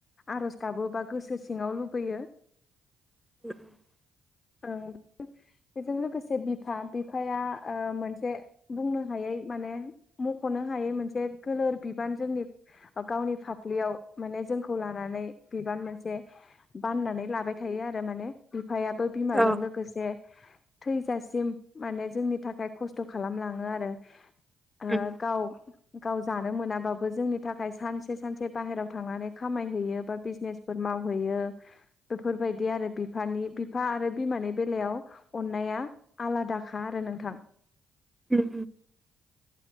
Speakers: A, on the left; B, in the centre.
A: आर'ज गाबोबा गोसो सिङाव लुबैयो
B: <unintelligible>
A: ओ बेजों लोगोसे बिफा बिफाया ओ मोनसे बुंनो हायै माने मख'नो हायै मोनसे गोलोर बिबान जोंनि गावनि फाफ्लियाव माने जोंखौ लानानै बिबान मोनसे बाननानै लाबाय थायो आरो माने बिफायाबो बिमाजों
B: औ
A: लोगोसे थैजासिम माने जोंनि थाखाय खस्थ' खालामलाङो आरो आ
B: उम
A: गाव गाव जानो मोनाबाबो जोंनि थाखाय सानसे सानसे बाहेरायाव थांनानै खामायहैयो बा बिजनेस फोर मावहैयो बेफोरबायदि आरो बिफानि बिफा आरो बिमानि बेलायाव अननाया आलादाखा आरो नोंथां।
B: उम